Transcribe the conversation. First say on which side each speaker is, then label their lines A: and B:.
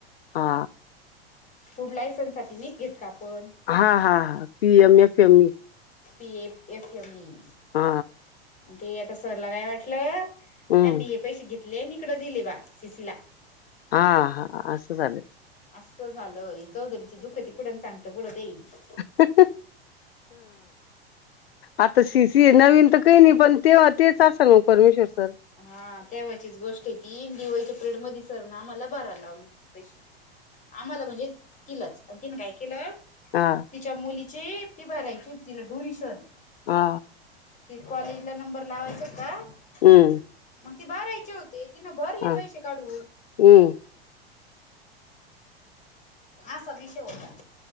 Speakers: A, on the left; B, on the left.
A: हा.
B: फुड लायसन्ससाठी नाही घेत का आपण.
A: हा हा हा P M F M E.
B: P M F M E.
A: हा
B: आणि ते आता सरला काय वाटलं
A: हम्म
B: त्यांनी हे पैसे घेतले इकडं दिले बा सिसीला.
A: हा हा असं झाल.
B: असं झालं जाऊद्या दुखणी कुठ काढणी कुठ <unintelligible>
A: हा <unintelligible> आता सीसी नवीन तर काही नाही पण तेव्हा तेच असलं परमेश्वर सर?
B: हा अ तेव्हाचीच गोष्ट आहे ती दिवाळीच्या प्रेड मधे सर आम्हाला भारायला लावल. पैसे आम्हाला म्हणजे तिलाच तिने काय केलं
A: हा
B: तिच्या मुलीचे फी भरायची होती ना डोनिशन
A: हा
B: ते कॉलेजला नंबर लावायचा होता.
A: हम्म.
B: मग ते भारायची होते तिन भरले
A: हा
B: पैसे काढून.
A: हम्म.
B: असा विषय होता.